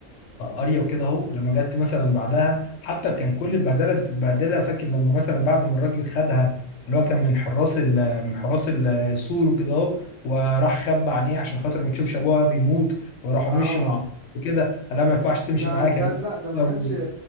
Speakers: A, on the left; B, on the right.
A: اريا وكده اهو لما جت مثلا بعدها حتى كان كل البهدله بتتبهدلها فاكر لما مثلا بعد ما الراجل خدها اللي هو كان من حراس ال- من حراس ال- السور وكده اهو وراح خبى عينيه عشان خاطر ما تشوفش ابوها بيموت وراحوا
B: اه
A: مشي مع وكده قال لها ما ينفعش تمشي
B: ده
A: معاك
B: كان
A: يا بنت.
B: لا ده ما
A: لو
B: كانش